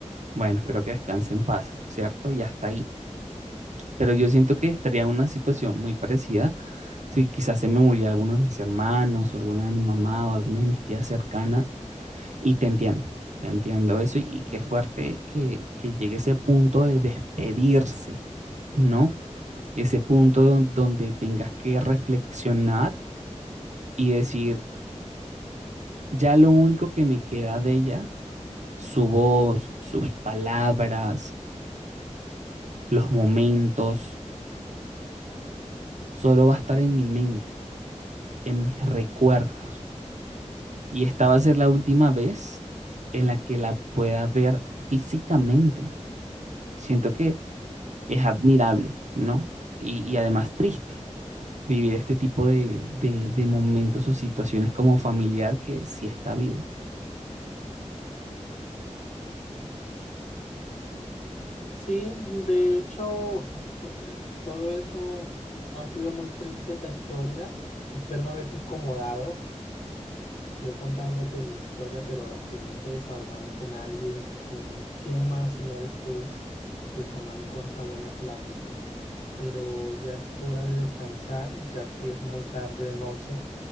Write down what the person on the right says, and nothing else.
Bueno, espero que descanse en paz, ¿cierto? Y hasta ahí. Pero yo siento que estaría en una situación muy parecida si quizás se me muriera alguno de mis hermanos o alguna de mi mamá o alguna de mis tías cercanas Y te entiendo, te entiendo eso y, y qué fuerte que, que llegue ese punto de despedirse, ¿no? Ese punto don- donde tengas que reflexionar y decir, ya lo único que me queda de ella, su voz, sus palabras, los momentos, solo va a estar en mi mente, en mis recuerdos. Y esta va a ser la última vez en la que la pueda ver físicamente. Siento que es admirable, ¿no? Y, y además triste vivir este tipo de, de, de momentos o situaciones como familiar que sí está vivo.